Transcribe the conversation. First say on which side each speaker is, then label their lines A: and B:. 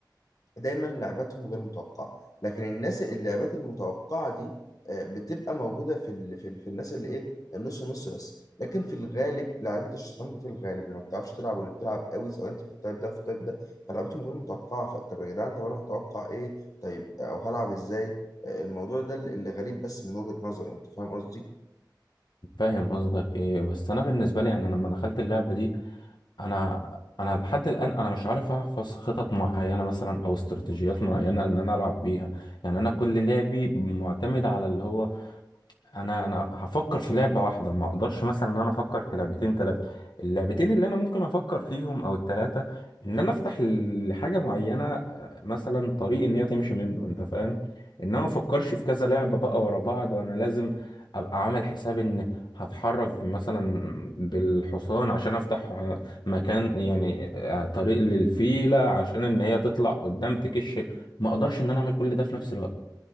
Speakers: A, on the left; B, on the left.
A: دايما لعباتهم غير متوقعه لكن الناس اللعبات المتوقعه دي آه، بتبقى موجوده في ال... في, ال... في الناس اللي ايه النص نص بس لكن في الغالب لعيبه الشطرنج في الغالب اللي ما بتعرفش تلعب واللي بتلعب قوي سواء انت في التايب ده في التايب ده فلعبتهم غير متوقعه فطب يا جدعان طب انا هتوقع ايه طيب او هلعب ازاي آه، الموضوع ده اللي اللي غريب بس من وجهه نظري انت فاهم قصدي
B: فاهم قصدك ايه بس انا بالنسبة لي يعني أنا لما دخلت اللعبة دي انا انا لحد الان انا مش عارف احفظ خطط معينة مثلا او استراتيجيات معينة ان انا العب بيها يعني انا كل لعبي معتمد على اللي هو انا انا هفكر في لعبه واحده ما اقدرش مثلا ان انا افكر في لعبتين ثلاثه اللعبتين اللي انا ممكن افكر فيهم او الثلاثه ان انا افتح لحاجه معينه آه، مثلا طريق ان هي تمشي منه انت فاهم ان انا ما افكرش في كذا لعبه بقى ورا بعض وانا لازم ابقى عامل حساب ان هتحرك مثلا بالحصان عشان افتح آه، مكان يعني آه، طريق للفيله عشان ان هي تطلع قدام تكش ما اقدرش ان انا اعمل كل ده في نفس الوقت